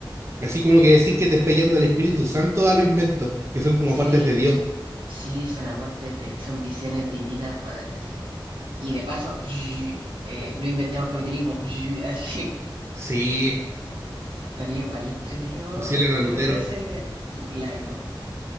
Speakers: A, on the right; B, on the right.
A: Así como que decís que te está yendo el Espíritu Santo a lo invento, que son como
B: Sí.
A: partes de Dios.
B: Sí, son aportes de, son visiones divinas, weón, así. Y de paso, <laughs> eh, no inventemos capitalismo, <laughs> así.
A: Sí,
B: Estaría igual entretenido
A: fusilen
B: explorar
A: a Lutero.
B: esa idea. Fu- La cagó.